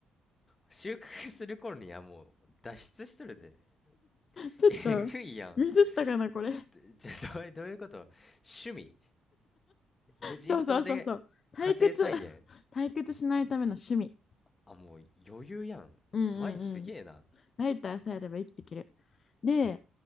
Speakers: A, on the left; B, on the left.
A: 収穫する頃にはもう脱出しとるで。<laughs>
B: ちょっとミスったかな、
A: えぐいやん。
B: これ。
A: でじゃ、<laughs> どう、どういうこと趣味無人島で家庭菜園
B: そうそうそうそう。退屈。<laughs> 退屈しないための趣味。
A: あ、もう余裕やん。
B: うんうんうん
A: 前すげえな。
B: ライターさえあれば生きていける。で、